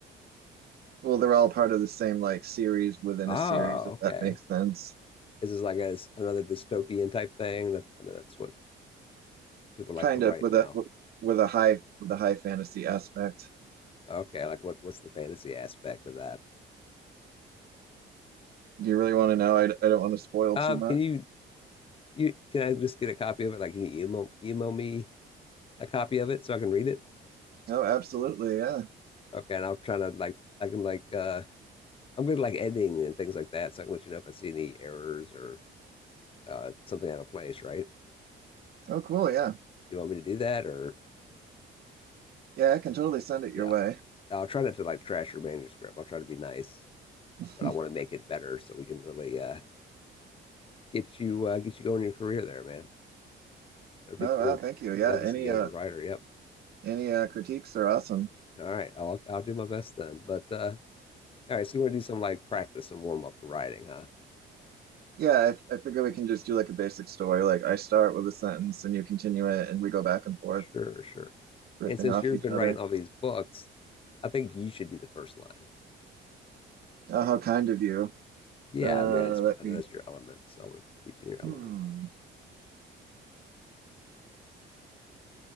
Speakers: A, on the right (about 50°); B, on the left (about 30°).
A: well, they're all part of the same like series within
B: Oh,
A: a series, if
B: okay.
A: that makes sense.
B: Is this like a, another dystopian type thing? That that's what people like
A: Kind
B: to write
A: of with
B: now.
A: a with a high with a high fantasy aspect.
B: Okay, like what? What's the fantasy aspect of that?
A: Do you really want to know? I, I don't want to spoil
B: Um,
A: too much.
B: can you you can I just get a copy of it? Like, can you email email me a copy of it so I can read it?
A: Oh, absolutely. Yeah.
B: Okay, and I'll try to like I can like uh I'm good at like editing and things like that, so I can let you know if I see any errors or uh something out of place, right?
A: Oh, cool. Yeah.
B: You want me to do that or
A: Yeah, I can totally send it
B: yeah.
A: your way.
B: I'll try not to like trash your manuscript. I'll try to be nice,
A: <laughs>
B: but I want to make it better so we can really uh get you uh get you going in your career there, man. That'd be
A: Oh,
B: cool.
A: wow. Thank you. Yeah.
B: I'd love to
A: Any
B: Yeah. see you
A: uh
B: as a writer. Yep.
A: any uh critiques are awesome.
B: All right. I'll I'll do my best then. But uh all right, so you want to do some like practice and warm up for writing, huh?
A: Yeah, I, I figure we can just do like a basic story. Like I start with a sentence and you continue it and we go back and forth
B: Sure, sure.
A: riffing
B: And since
A: off
B: you've
A: each
B: been
A: other.
B: writing all these books, I think you should do the first line.
A: Oh, how kind of you.
B: Yeah,
A: Uh,
B: I mean, I just
A: let
B: I
A: me.
B: know that's your element, so I want to get you in your
A: Hmm.
B: element.